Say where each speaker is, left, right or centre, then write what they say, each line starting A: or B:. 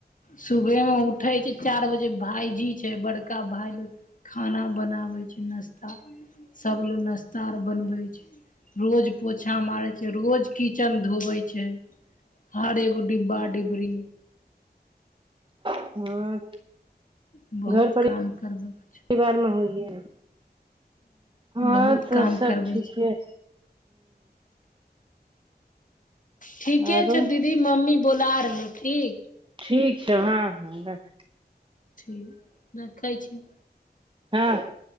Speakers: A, on the left (about 50°); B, on the right (about 30°).
A: सुबहमे उठै छै चारि बजे भायजी छै बड़का भाय ले खाना बनाबै छै नाश्ता, सबले नाश्ता आर बनबै छै रोज पोछा मारै छै रोज किचन धोवै छै। छै, हर एगो डिब्बा डिबरी
B: हँ,
A: बहुत
B: घर परि
A: काम
B: परिवार
A: करबै छै
B: में होइए है। हँ
A: बहुत
B: तऽ
A: काम
B: सब
A: करबै
B: ठीके छै।
A: ठीके
B: आरो
A: छै दीदी मम्मी बोला रहलहु ठीक।
B: ठीक छै हँ हँ राख
A: ठीक, रखै छियै।
B: हँ।